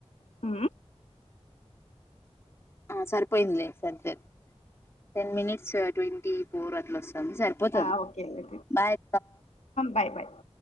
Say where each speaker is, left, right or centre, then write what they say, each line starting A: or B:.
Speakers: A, on the left; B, on the left.
A: ఆ
B: ఆ సరిపోయిందిలే స స టెన్ మినిట్స్ ట్వంటీ ఫోర్ అట్లా వస్తుంది సరిపోతుంది
A: ఆ ఓకేలే
B: బాయ
A: బాయ్ బాయ్